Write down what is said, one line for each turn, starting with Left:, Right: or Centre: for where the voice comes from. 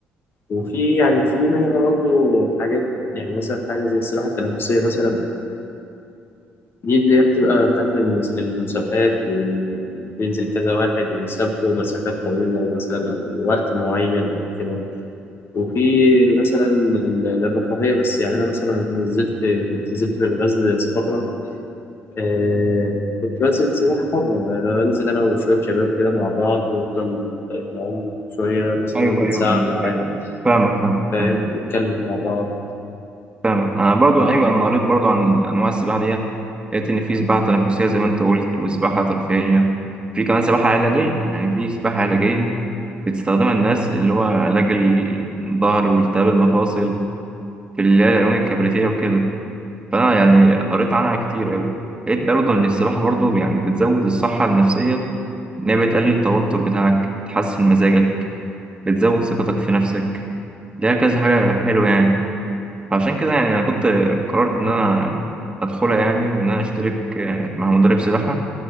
Left: وفي يعني في منها برضه حاجات يعني مثلا حاجة زي السباحة التنفسية مثلا دي اللي هي بتبقى بتاعت المس- المسابقات وال- وبينزل كذا واحد وبيسابقوا مسافات طويلة مثلا أو وقت معين أو كده وفي مثلا لل- للرفاهية بس يعني أنا مثلا لما نزلت كنت نزلت في الغزل فترة آه كنت بنزل سباحة حرة يعني بنزل أنا وشوية شباب كده مع بعض نفضل نعوم شوية مثلا
Right: ايوه
Left: مدة
Right: ايوه
Left: ساعة
Right: ايوه ايوه
Left: ولا حاجة
Right: أيوة. فاهمك فاهمك
Left: فاهم
Right: فاهمك
Left: نتكلم مع بعض
Right: فاهمك انا برضو ايوه انا قريت برضو عن انواع السباحه ديت لقيت ان في سباحه تنافسيه زي ما انت قلت وسباحه ترفيهيه في كمان سباحه علاجيه يعني في سباحه علاجيه بتستخدمها الناس اللي هو علاج الظهر والتهاب المفاصل في اللي هي العيون الكبريتية وكده فأنا يعني قريت عنها كتير أوي لقيت برضه إن السباحة برضه يعني بتزود الصحة النفسية إن هي بتقلل التوتر بتاعك تحسن مزاجك بتزود ثقتك في نفسك ليها كذا حاجة حلوة يعني فعشان كده يعني أنا كنت قررت إن أنا أدخلها يعني وإن أنا أشترك آه، مع مدرب سباحة